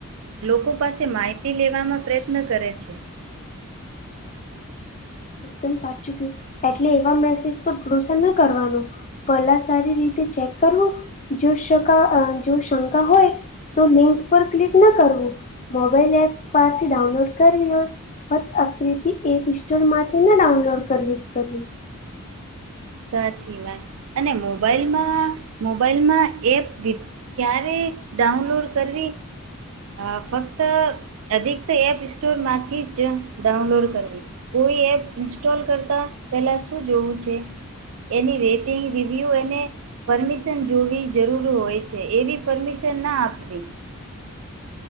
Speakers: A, on the right; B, on the left.
A: લોકો પાસે માહિતી લેવામાં પ્રયત્ન કરે છે.
B: એકદમ સાચું કયું એટલે એવા મેસેજ પર ભરોસો નઈ કરવાનો પહેલા સારી રીતે ચેક કરવું જો શકા જો શંકા હોય તો લિંક પર ક્લિક ના કરવું મોબાઈલ એપ પરથી ડાઉનલોડ કરવી હોય ફત અક્રથી એપ <unintelligible> સ્ટોર માંથી ના ડાઉનલોડ કરવી કરવી
A: સાચી વાત અને મોબાઈલમાં મોબાઈલમાં એપ વિ- ક્યારે ડાઉનલોડ કરવી અ ફક્ત અધિક્ત તો એપ સ્ટોરમાંથી જ ડાઉનલોડ કરવી કોઈ એપ ઇન્સ્ટોલ કરતા પેલા શું જોવું છે એની રેટિંગ રિવ્યૂ એને પરમિશન જોવી જરૂર હોય છે એવી પરમિશન ના આપવી